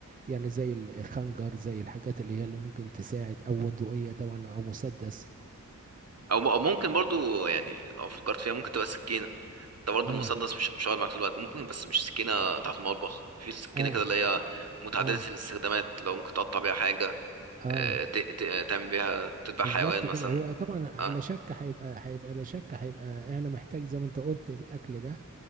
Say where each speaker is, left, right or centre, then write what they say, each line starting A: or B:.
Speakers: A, on the right; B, on the right.
A: يعني زي الخنجر زي الحاجات اللي هي اللي ممكن تساعد أو بندقية طبعا أو مسدس
B: او م- أو ممكن برضو يعني لو فكرت فيها ممكن تبقى سكينة انت برضو
A: آه
B: المسدس مش مش هقعد معاك طول الوقت ممكن بس مش سكينة بتاعت المطبخ في سكينة
A: آه
B: كده اللي هي متعددة
A: آه
B: الاستخدامات لو ممكن تقطع بيها حاجة
A: آه
B: آه، ت- ت- تعمل بيها تذبح
A: بالظبط
B: حيوان
A: كده
B: مثلا
A: هو طبعا
B: اه
A: لا شك هيبقى هيبقى لا شك هيبقى أنا محتاج زي ما أنت قلت الأكل ده